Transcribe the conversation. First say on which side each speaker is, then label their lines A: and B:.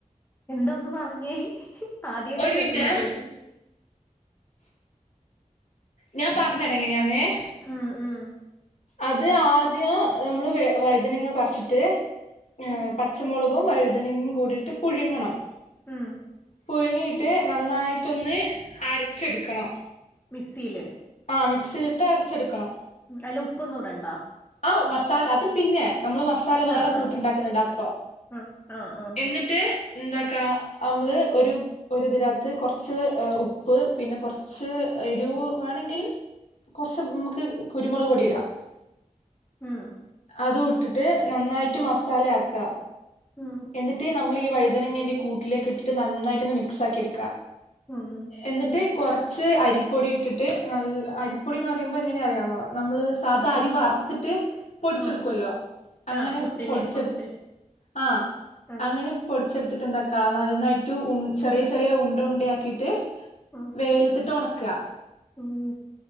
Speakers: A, on the left; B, on the left.
A: എന്താ ഒന്ന് പറഞ്ഞേ ആദ്യയായിട്ടാ
B: ഒരു
A: കേക്കണത്
B: മിനിറ്റേ
A: ഇത്
B: ഞാൻ പറഞ്ഞരാം എങ്ങനെയാന്ന്.
A: ഉം ഉം
B: അത് ആദ്യം നമ്മള് വൈദ്യനങ്ങ പറിച്ചിട്ട് ഏ
A: ഉം
B: പച്ചമുളക് വഴുതനെങ്ങും കൂടിയിട്ട് പുഴുങ്ങണം.
A: ഉം
B: പുഴുങ്ങിയിട്ട് നന്നായിട്ടൊന്ന് അരച്ചെടുക്കണം.
A: മിക്സിയില്
B: ആ മിക്സിലിട്ട് അരച്ചെടുക്കണം.
A: അല്ല ഉപ്പൊന്നും ഇടണ്ട.
B: ഓ മസാല, അത് പിന്നെ നമ്മള് മസാല വേറെ
A: ആഹ്
B: കൂട്ടു
A: ആഹ്
B: ണ്ടാക്കുന്നുണ്ട് അപ്പൊ.
A: ആഹ് ആഹ് ആഹ്
B: എന്നിട്ട് എന്താക്കാ നമ്മള് ഒരു ഒരുതികത്ത് കുറച്ച് ഉപ്പ് പിന്നെ കുറച്ച് എരു വേണങ്കി ങ്കിൽ കുറച്ച് മക്ക് കുരുമുളക് പൊടി ഇടാം.
A: ഉം
B: അതു ഇട്ടിട്ട് നന്നായിട്ട് മസാലയാക്ക.
A: ഉം
B: എന്നിട്ട് നമ്മളി വഴുതനങ്ങന്റെ കൂട്ടിലേക്ക് ഇട്ടിട്ട് നന്നായിട്ട് ഒന്ന് മിക്സാക്കി എടുക്ക.
A: ഉം
B: എന്നിട്ട് കൊറ ച്ച് അരിപ്പൊടി ഇട്ടിട്ട്, നല്ല, അരിപ്പൊടിന്ന് പറയുമ്പോ എങ്ങനെ അറിയോ നമ്മൾ സാധ അരി വറ്ത്തിട്ട് പൊടിച്ചെടുക്കുവല്ലോ.
A: ഉം
B: അങ്ങനെ
A: ആഹ് പുട്ടിന്
B: പൊടിച്ചെടുത്ത
A: പുട്ട്
B: ആഹ,
A: ആഹ്
B: അങ്ങനെ പൊടിച്ചെടുത്തിട്ട് എന്താക്ക ക്ക. നന്നായിട്ട് ഉണ് ചെറിയ, ചെറിയ ഉണ്ട, ഉണ്ട ആക്കിയിട്ട്
A: ഉം
B: വെയിലത്തിട്ട് ഉണക്കാ. ക്ക.
A: ഉം.